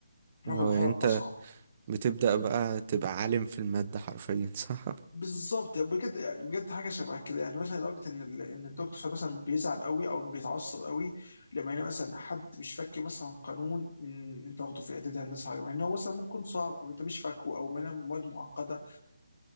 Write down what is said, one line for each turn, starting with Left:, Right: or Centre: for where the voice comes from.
Left: بناخد
Right: هو
Left: المرحله
Right: انت
Left: الاصعب
Right: بتبدأ بقى تبقى عالم في المادة حرفيا <laughs> صح
Left: بالظبط يعني بجد يعني بجد حاجه شبه كده يعني مثلا لدرجه ان ال- ان الدكتور مثلا بيزعل قوي او بيتعصب قوي لما يلاقي مثلا حد مش فاكر مثلا قانون من انت واخده في اعدادي هندسه حاجه مع ان هو مثلا ممكن صعب او انت مش فاكره او منها مواد معقده